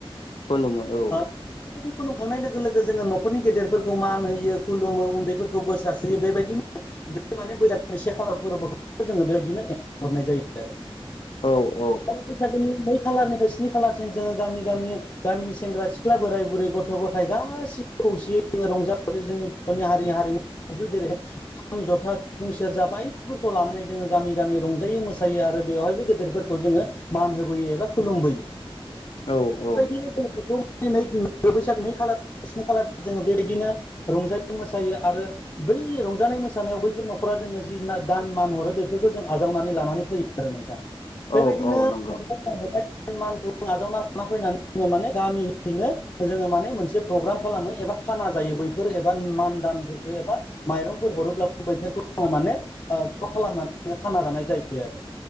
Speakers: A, on the left; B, on the left.
A: खुलुमो औ
B: बेफोरबायदि खुलुमखांनाय लोगो लोगो जोङो न'खरनि गेदेरफोरखौ मान होयो खुलुमो उन्दैफोरखौ बोर सारस्रियो बेबायदिनो बे माने बैसागनि से खालार फोरबोखौ जोङो बेबायदिनो हरनाय जायो आरो
A: औ
B: सानसे
A: औ
B: बैसाग नै खालारनिफ्राय स्नि खालारसिम जोङो गामि गामि गामिनि सेंग्रा सिख्ला बोराय बुरै गथ' गथाय गासै खौसेयै जों रंजा जोंनि बर'नि हारि हारिमु जेरै खाम जथा सिफुं सेरजा बायदिफोरखौ लानानै जोङो गामि गामि रंजायै मोसायो आरो बेवहायबो गेदेरफोरखौ जोङो मान होबोयो एबा खुलुमबोयो बेबायदिनो
A: औ औ
B: जोङो बेखौ दिनै बैसागो नै खालार स्नि खालार जोङो बेबायदिनो रंजायो मोसायो आरो बै रंजानाय मोसानायाव बैफोर न'खरा जोंनो जिना दान मान हरो बेफोरखौ जों आजावनानै लानानै फैयो आरो नोंथां बेबायदिनो
A: औ औ नंगौ
B: <unintelligible> आजावना लाना फैनानै जोङो माने गामियैनो जोङो माने मोनसे प्रग्राम खालामो एबा खाना जायो बैफोर एबा मान दानफोरखौ एबा माइरंफोर हरोब्लाबो <unintelligible> माने ओ ज' खालामनानै खाना जानाय जायो। दि